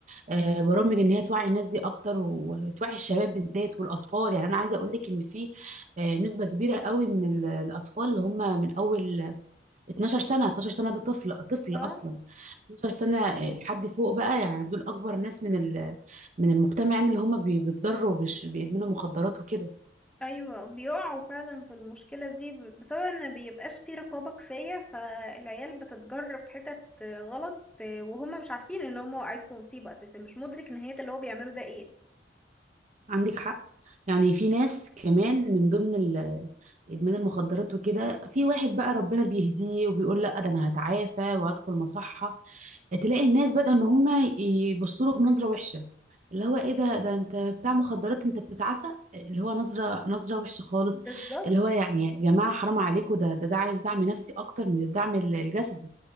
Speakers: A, on the right (about 40°); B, in the centre.
A: آه، برامج ان هي توعي الناس دي اكتر وتوعي الشباب بالذات والاطفال يعني انا عايزه اقول لك ان في آه، نسبه كبيره قوي من ال- الاطفال اللي هم من اول 12 سنة 12 سنة ده طفل طفل
B: اه
A: أصلا 12 سنة آه، لحد فوق بقى يعني دول أكبر ناس من ال... من المجتمع يعني اللي هم بي- بيتضروا وبيش- بيدمنوا مخدرات وكده
B: ايوه بيقعوا فعلا في المشكله دي ب- بسبب ان بيبقاش في رقابه كفايه فالعيال بتتجر في حتت آه، غلط آه، وهم مش عارفين ان هم واقعين في مصيبه اساسا مش مدرك نهايه اللي هو بيعمله ده ايه
A: عندك حق يعني في ناس كمان من ضمن ال... إدمان المخدرات وكده في واحد بقى ربنا بيهديه وبيقول لا ده أنا هتعافى وهدخل مصحة تلاقي الناس بدأوا ان هم يبصوا له بنظره وحشه اللي هو ايه ده ده انت بتاع مخدرات انت بتتعافى اللي هو نظره نظره وحشه خالص
B: بالظبط
A: اللي هو يعني يا جماعه حرام عليكم ده ده ده عايز دعم نفسي اكتر من الدعم ال- الجسدي